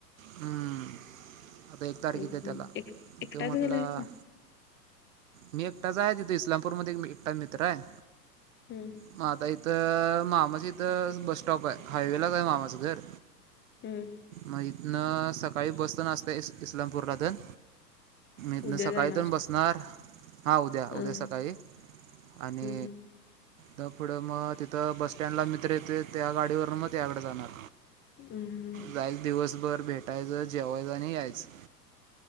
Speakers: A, on the right; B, on the left.
A: हम्म. आता एक तारखेेत
B: हम्म, हम्म,
A: त्याला
B: एक एकटाच
A: तेव म्हटलं.
B: गेलायस ना?
A: मी एकटाच आहे तथे इस्लामपूरमध्येध्ये एकटा मित्र आहे
B: हम्म,
A: मग आता इथ. मामस इथं बस स्टॉप आहे हायवेला काय मामास घर.
B: हम्म,
A: मा न सकाळी बसत नचत इस्लामपूर रन. मी
B: उद्या
A: सकाळीतून
B: जाणार.
A: बसणार. हा उद्या उद्या
B: अं,
A: सकाळी आणि.
B: हम्म, हम्म,
A: तर पुढं मग तिथं बस सटँडला मित्र येते त्या गाडीवरून मग त्याकडे जाणार.
B: हम्म, हम्म.
A: जायच दिवसभर भेटायचं जेवायचं. नाही यायच.